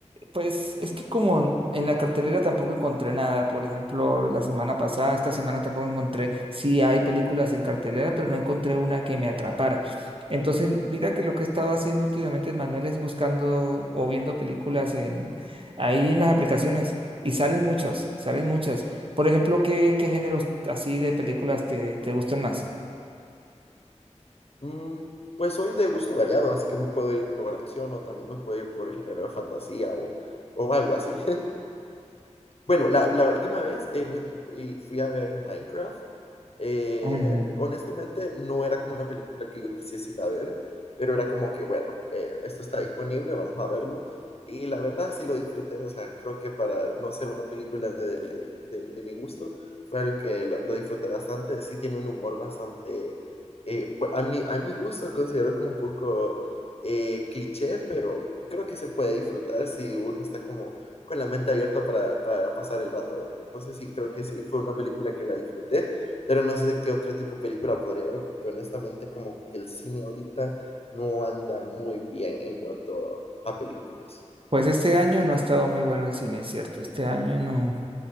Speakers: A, on the right (about 45°); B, on the left (about 55°).
A: pues es que como en la cartelera tampoco encontré nada, por ejemplo, la semana pasada, esta semana tampoco encontré, sí hay películas en cartelera, pero no encontré una que me atrapara. Entonces, mira que lo que he estado haciendo últimamente, Manuel, es buscando o viendo películas en ahí en las aplicaciones y salen muchas, salen muchas. Por ejemplo, ¿qué, qué géneros así de películas te, te gustan más?
B: Mm, pues soy de gusto variado, así que me puedo ir por acción o también me puedo ir por el género de fantasía o, o algo así. Bueno, la, la última vez eh, me- y fui a ver Minecraft. Eh,
A: Ajá.
B: honestamente, no era como una película que yo quisiese ir a ver, pero era como que, bueno, eh, esto está disponible, vamos a verlo. Y la verdad sí lo disfruté, o sea, creo que para no ser una película de de, de mi gusto, fue algo que lo, lo, disfruté bastante. Sí tiene un humor bastante, eh, pues, a, mi, a mi gusto considero que un poco eh, cliché, pero creo que se puede disfrutar si uno está como con la mente abierta para, para pasar el rato, ¿verdad? Entonces sí, creo que sí, fue una película que la disfruté, pero no sé qué otro tipo de película podría haber, porque honestamente como que el cine ahorita no anda muy bien en cuanto a películas.
A: Pues este año no ha estado muy bueno el cine, es cierto. Este año no,